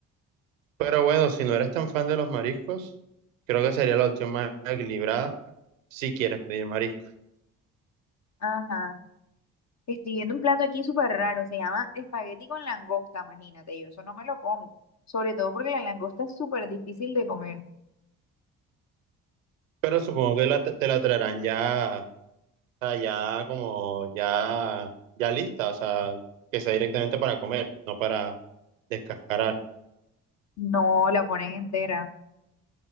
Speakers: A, on the right; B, on the left.
A: Pero bueno, si no eres tan fan de los mariscos, creo que sería la opción más equilibrada si quieres pedir mariscos.
B: Ajá. Estoy viendo un plato aquí súper raro, se llama espagueti con langosta, imagínate, yo eso no me lo como, sobre todo porque la langosta es súper difícil de comer,
A: Pero supongo que la- te la traerán ya, o sea, ya como ya, ya lista, o sea, que sea directamente para comer, no para descascarar.
B: no la pones entera.